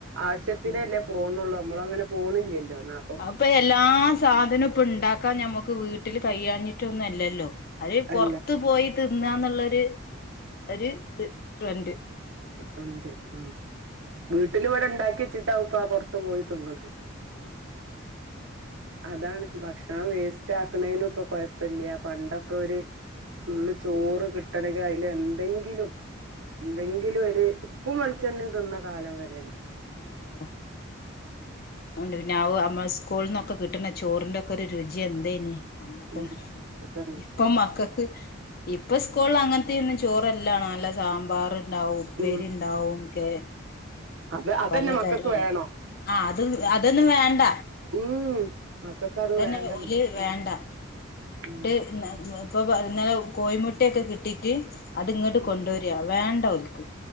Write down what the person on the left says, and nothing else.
ഉം
അഹ്പ്പെ എല്ലാ സാധനോം ഇപ്പ ഇണ്ടാ ക്കാൻ ഞമ്മക്ക് വീട്ടില് കയ്യാഞ്ഞിട്ടൊന്നും അല്ലല്ലോ അര് പൊർത്ത്
പോയി തിന്നാന്ന്ള്ളൊര് ഒര് ഇത് ട്രെന്റ്.
ഉം
ഓഹ് ഔണ്ട് പിന്നെ ഔ നമ്മ സ്കൂള്ന്നൊക്കെ കിട്ട്ണെ ചോറിന്റൊക്കൊ രുചി എന്തെയ്നി? അന്നത്
ഇപ്പ്
ഇപ്പം മക്കക്ക് ഇപ്പൊ സ്കോളില് അങ്ങൻത്തൊന്നും ചോറല്ല ന്നല്ലെ സാമ്പാർഇണ്ടാവും, ഉപ്പേരിഇണ്ടാവും,
കേ അങ്ങെനെ
പല
തെരാണ്
ആഹ് ത് അതൊന്നും വേണ്ട
അതെന്നെ
ഓല് വേണ്ട. ഇന്ന്ട്ട്
ന്ന് ഇപ്പൊ ഇന്നെലെ കോഴിമുട്ടയൊക്കെ കിട്ടീറ്റ് അത്ഇങ്ങട്ട്
കൊണ്ടോരാ വേണ്ട ഒൽക്ക്